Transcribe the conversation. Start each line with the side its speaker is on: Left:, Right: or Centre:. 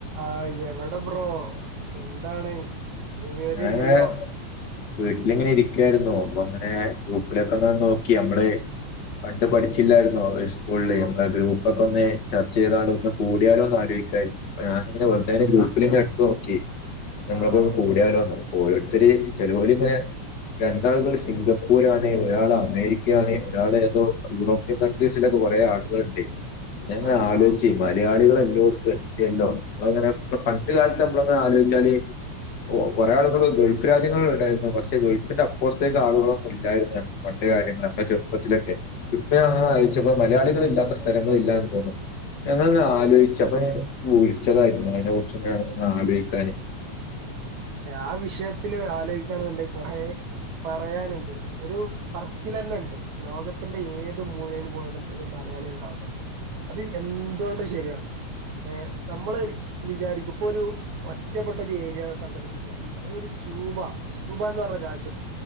Right: ആഹ് എവിടെ പ്രോ എന്താണ് വിവരല്ലല്ലോ
Left: ഞാനങ്ങെ വീട്ടിലിങ്ങനെ ഇരിക്ക അപ്പൊ അങ്ങനെ ഗ്രൂപ്പിലൊക്കെ ഒന്ന നോക്കി നമ്മള് പണ്ട് പഠിച്ചില്ലായിരുന്നോ സ്കൂളില് നമ്മ ഗ്രൂപ്പൊക്കെ ഒന്ന് ചർച്ച ചെയ്താണ്ട് ഒന്ന് കൂടിയാലോന്ന് ആലോഹിക്കാരരുന്നു അ ഞാനിങ്ങനെ വെറുതെെ ഗ്രൂപ്പിലി എടുപ്പ നോക്കി ഞങ്ങളൊ
Right: ആഹ്
Left: കൂ ാല ഓരോരുത്തർ ചെിലോര് രണ്ടാളുകൾ സിംഗപ്പൂർ ആാണ് ഒരാൾ അമേരിക്ക ആാണ് ഒരാൾ ഏതോ യൂറോപ്യൻ കൺട്രീസിലൊക്കെ കൊറെേ ആളുകൾുണ്ട് ങ്ങനെ
Right: ആടാ
Left: ആലോചിച്ച് മലയാളികളെ ല്ലോത്ത്ല്ലങ്ങനെ ഇ പണ്ട് കാലത്ത് നമ്മള ആലോചിച്ചാല് ഓ കൊറെ
Right: ഉം
Left: ആളുകൾ ഗൾഫ് രാജ കാര്യങ്ങൾ ഉണ്ടായിരുന്നു പക്ഷെ ഗൾഫിന്റെ അപ്പുറത്തേക്ക് ആളുകളൊന്നും ഇല്ലായിരുന്നു പണ്ട് കാര്യങ്ങള്ൾ നമ്മുടെ ചെറുപ്പത്തിലൊക്കെ ഇപ്പം
Right: അതെ
Left: അയച്ചപ്പോ
Right: അതെ
Left: മലയാളികള ഇല്ലാത്ത അവസരങ്ങളില്ലാ എന്ന് തോന്നുന്നു എന്ന ഞാ
Right: അതെ
Left: ആലോചിച്ച
Right: അതെ
Left: അപ്പൊ വിളിച്ചതായിരുന്നു അതിനെ കുറച്ച്ും ആലോചിക്കാനൻ
Right: ആ വിഷയത്തില് ആലോചിക്കണെന്നുണ്ട് കുറ പറയാനുണ്ട് ഒരു പറച്ചിൽ തന്നെ ഉണ്ട് ലോകത്തിന്റെ ഏത് മൂലയിൽ പോലും ഒരു മലയാളി ഉണ്ടാാവുന്നു അത് എന്തുകൊണ്ട് ശരിയാണ് ഏ നമ്മൾ ഒ വിചാരിക്കും ഇപ്പൊ ഒരു ഒറ്റപ്പെട്ട ഒരു ഏരിയ സങ്കടിപ്പിക്കുക അതായത് ഒരു ക്യൂബ ക്യൂബ എന്ന് പറഞ്ഞ രാജ്യം